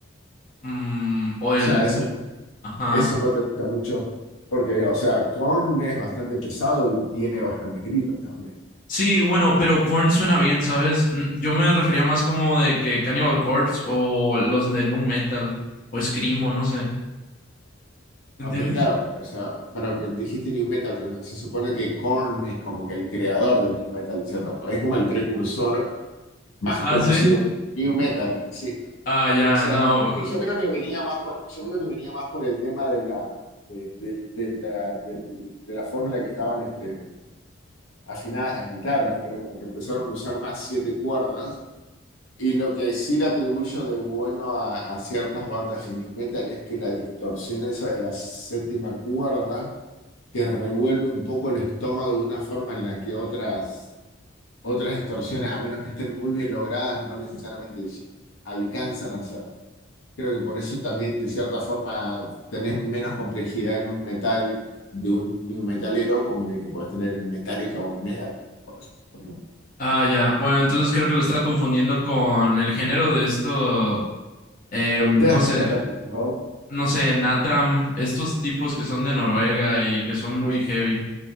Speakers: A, on the left; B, on the left.
A: Mm, o
B: O
A: el...
B: sea, eso,
A: Ajá.
B: eso no te gusta mucho, porque, o sea, Korn es bastante pesado y tiene bastantes gritos también.
A: Sí, bueno, pero Korn suena bien, ¿sabes? Mm, Yo me refería más como de que Cannibal Corpse o los de Nu Metal o Screamo, no sé. ¿Entiendes?
B: Aunque, claro, o sea, para, dijiste New Metal, pero se supone que Korn es como que el creador del New Metal, de cierta forma. Es como el precursor más
A: Ah,
B: conocido
A: sí.
B: del New Metal, sí. O
A: Ah, ya,
B: sea,
A: no.
B: que yo creo que venía más por, yo creo que venía más por el tema de la, de, de- de la, del- de la forma en la que estaban este, afinadas las guitarras, que era como que empezaron a usar más siete cuerdas Y lo que sí le atribuyo de bueno a, a ciertas bandas de new metal es que la distorsión esa de la séptima cuerda, te revuelve un poco el estómago de una forma en la que otras, otras distorsiones, a menos que estén muy bien logradas, no necesariamente alcanzan a hacer. Creo que por eso también, de cierta forma, tenés menos complejidad en un metal de un new metalero como en el que podés tener en Metallica o en Megadeth, por, por ejemplo.
A: Ah, ya. Bueno, entonces creo que lo estaba confundiendo con el género de esto, em,
B: O el death
A: no sé,
B: metal de tu voz,
A: no sé, Natram, estos tipos que son de Noruega y que son muy
B: sí,
A: heavy.